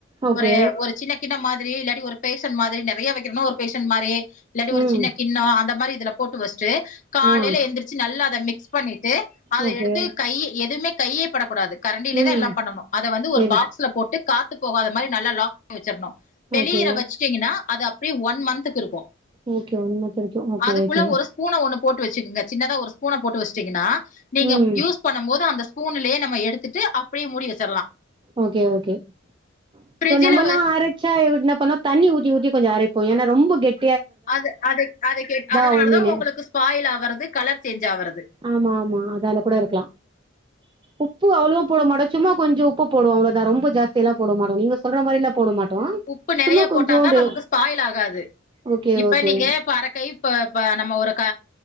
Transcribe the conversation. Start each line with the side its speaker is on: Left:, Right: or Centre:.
Right: ஓகே
Left: ஒரு ஒரு சின்ன கின்ன மாரி இல்லாடி ஒரு பேஷன் மாரி நெறைய வைக்கிறோம்னா ஒரு பேஷன் மாரியே இல்லாட்டி
Right: ம்
Left: ஒரு சின்ன கிண்ணோ அந்த மாரி இதுல போட்டு வச்சுட்டு காலையில
Right: ஆ
Left: எந்திரிச்சு நல்லா அத மிக்ஸ் பண்ணிட்டு அத
Right: ஓகே
Left: எடுத்து கை எதுவுமே கையே படக்கூடாது கரண்டிலே
Right: ம்
Left: தா எல்லாம் பண்ணணு அத வந்து
Right: சரி
Left: ஒரு பாக்ஸ்ல போட்டு காத்து போகாத மாரி நல்லா லாக் பண்ணி வச்சிரனு வெளியீற
Right: ஓகே
Left: வச்சுட்டீங்கன்னா அது அப்படியே ஒன் மந்துக்கு இருக்கு
Right: ஓகே ஒன் மந்த் வரைக்கு ஓகே
Left: அதுக்குள்ள
Right: ஓகே
Left: ஒரு ஸ்பூன ஒன்னு போட்டு வச்சுக்கங்க சின்னதா ஒரு ஸ்பூன போட்டு வச்சுங்கன்னா நீங்க
Right: ம்
Left: யூஸ் பண்ணும் போது அந்த ஸ்பூன்லயே நம்ம எடுத்துட்டு அப்டியே மூடி வச்சிறலா
Right: ஓகே ஓகே
Left: ஃப்ரிட்ஜில
Right: இப்போ நம்மலா அரைச்சா என்ன பண்ணோ தண்ணி ஊத்தி ஊத்தி கொஞ்ச அரைப்போ ஏன்னா ரொம்ப கெட்
Left: அது அத அதை கே அதனாலதா
Right: ஆவு மீனு
Left: உங்களுக்கு ஸ்பாயல் ஆறது கலர் சேஞ்ச் ஆறது
Right: ஆமா ஆமா அதால கூட இருக்கலா உப்பு அவ்வளவோ போட மாட்டோ சும்மா கொஞ்ச உப்பு போடுவோ அவ்ளோதா ரொம்ப ஜாஸ்தில்லா போடமாட்டோ நீங்க சொல்ற மாரில்லா போட மாட்டோ
Left: உப்பு நெறைய
Right: சும்மா கொஞ்சோண்டு
Left: போட்டாதா நமக்கு ஸ்பாயில் ஆகாது
Right: ஓகே
Left: இப்ப
Right: ஓகே
Left: நீங்க இப்ப அறக்கை இப்ப இப்ப நம்ம ஒரு க